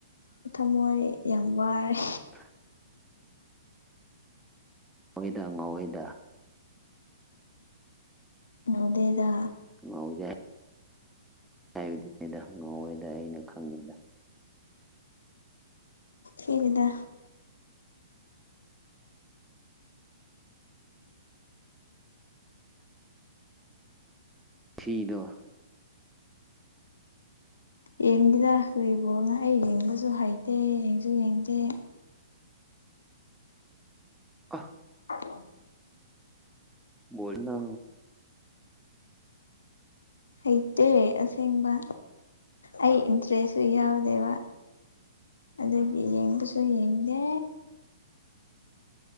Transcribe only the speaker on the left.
ꯀꯊ ꯃꯣꯏ ꯌꯥꯝ ꯋꯥꯔꯦ
ꯑꯗꯨꯗꯦꯗ
ꯍꯒꯗ
ꯌꯦꯡꯗꯦꯗ ꯀꯔꯤꯕꯣꯜꯅ ꯑꯩ ꯌꯦꯡꯕꯁꯨ ꯍꯩꯇꯦ ꯌꯦꯡꯁꯨ ꯌꯦꯡꯗꯦ
<inaudible>
ꯍꯩꯇꯦ ꯑꯁꯦꯡꯕ ꯑꯩ ꯏꯟꯇꯔꯦꯁꯁꯨ ꯌꯥꯎꯗꯦꯕ ꯑꯗꯨꯒꯤ ꯌꯦꯡꯕꯁꯨ ꯌꯦꯡꯗꯦ